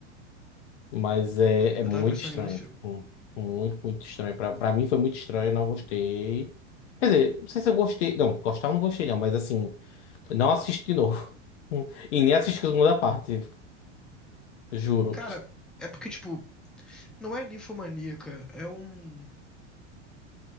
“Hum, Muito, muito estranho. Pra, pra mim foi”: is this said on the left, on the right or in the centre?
Left